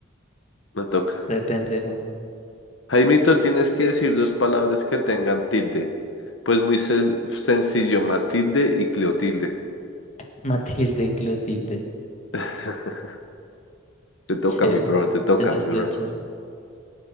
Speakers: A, on the left; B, on the left.
A: Me toca.
B: Re pendejo.
A: Jaimito, tienes que decir dos palabras que tengan tilde. Pues muy sen- sencillo, Matilde y Cleotilde.
B: <laughs> Matilde y Clotilde.
A: <laughs> Te toca,
B: Chévere.
A: mi bro, te toca,
B: Eso
A: mi
B: es
A: bro.
B: lo chévere.